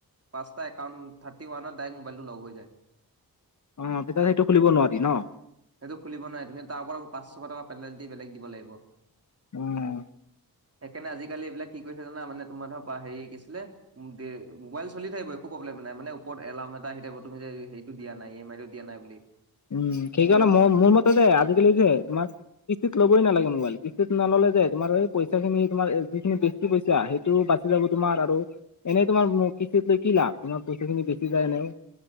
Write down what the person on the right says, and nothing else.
পাঁচটা একাৱান থা টি ওৱানত ডাইৰেক্ট মোবাইলটো লক হৈ যায়।
সেইটো খুলিব নোৱাৰি, তুমি তাৰপৰা পাঁচশ টকা পেনাল্টী বেলেগ দিব লাগিব।
সেইকাৰণে আজিকালি এইবিলাক কি কৰিছে জানা, মানে তোমাৰ ধৰ হেৰি কি আছিলে উ, মোবাইল চলি থাকিব একো প্ৰব্লেম নাই মানে ওপৰত এলাৰ্ম এটা আহি থাকিব তুমি যে হেৰিটো দিয় নাই, ই এম আইটো দিয়া নাই বুলি।
মোৰ লগত